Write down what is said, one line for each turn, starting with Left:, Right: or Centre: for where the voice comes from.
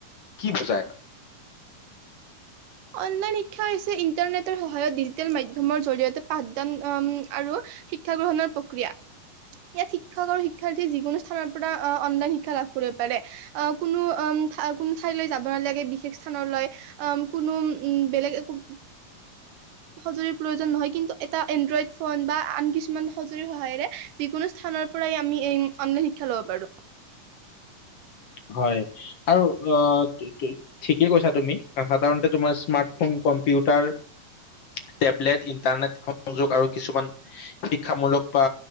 Left: কি বুজাই?
Right: অনলাইন শিক্ষা হৈছে ইণ্টাৰনেটৰ সহায়ত, ডিজিটেল মাধ্যমৰ জৰিয়তে পাঠদান আৰু শিক্ষা গ্ৰহণৰ প্ৰক্ৰিয়া। ইয়াত শিক্ষক আৰু শিক্ষাৰ্থীয়ে যিকোনো স্থানৰ পৰা অনলাইন শিক্ষা লাভ কৰিব পাৰে। আহ, কোনো অ' কোনো ঠাইলৈ যাব নালাগে বিশেষ স্থানলৈ উ, কোনো উম, বেলেগ একো সঁজুলিৰ প্ৰয়োজন নহয় কিন্তু এটা এনড্ৰইড ফোন বা আন কিছুমান সঁজুলিৰ সহায়েৰে যিকোনো স্থানৰ প্পৰাই আমি এ, অনলাইন শিক্ষা ল'ব পাৰোঁ।
Left: হয় আৰু অ' ঠিকেই কৈছা তুমি, সাধাৰণতে তোমাৰ স্মাৰ্টফোন, কম্পিউটাৰ টেবলেট, ইন্টাৰনেট, সংযোগ আৰু কিছুমান শিক্ষামূলক বা